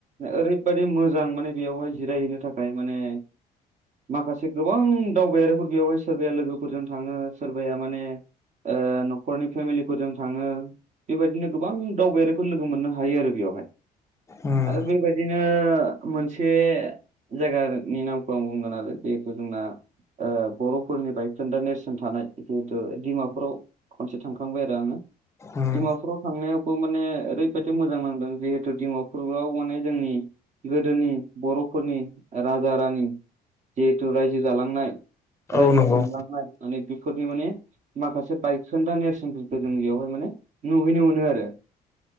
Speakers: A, on the right; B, on the left.
A: ओरैबादि मोजां माने बेयावहाय जिरायहैनो थाखाय माने माखासे गोबां दावबायारिफोर बेवहाय सोरबाया लोगोफोरजों थाङो सोरबाया माने ओ नखरनि फेमिलिफोरजों थाङो बेबायदिनो गोबां दावबायारिफोर लोगो मोननो हायो आरो बेवहाय
B: उम
A: आरो बेबायदिनो मोनसे जायगानि नामखौ आं बुंगोन आरो जिहेथु जोंना बर'फोरनि बायखोन्दा नेरसोन थानाय जिहेतु डिमापुराव खनसे थांखांबाय आरो आङो
B: उम
A: डिमापुराव थांनायावबो माने ओरैबादि मोजां नांदों जिहेतु डिमापुराव माने जोंनि गोदोनि बर'फोरनि राजा रानि जिहेथु रायजो जालांनाय
B: औ
A: रायजो
B: नंगौ
A: खुंलांनाय माने बेफोरनि माने माखासे बायखोन्दा नेेरसोनफोरखो जों बेयावहाय माने नुहैनो मोनो आरो